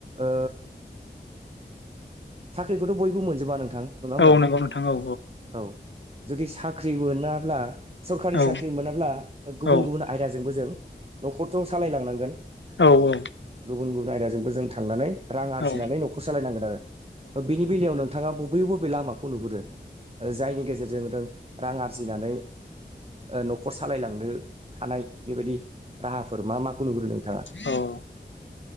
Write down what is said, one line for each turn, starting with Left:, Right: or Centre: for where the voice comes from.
Right: ओ साख्रिखौथ' बयबो मोनजोबा नोंथां नङा होमबा
Left: औ नंगौ नोंथां औ
Right: औ जुदि साख्रि मोनाब्ला सरखारि
Left: औ
Right: साख्रि मोनाब्ला गुबुन
Left: औ
Right: गुबुन आयदाजोंबो जों न'खरथ सालाय लांनांगोन
Left: औ औ
Right: गुबुन गुबुन आयदाजोंबो जों थांनानै रां आरजिनानै
Left: औ
Right: न'खर सालायनांगोन आरो बिनि बेलायावनो नोंथाङा बबे बबे लामाखौ नुहुरो जायनि गेजेरजों नों रां आरजिनानै ओ न'खर सालायलांनो हानाय बेबायदि राहाफोर मा माखौ नुहुरो नोंथाङा
Left: औ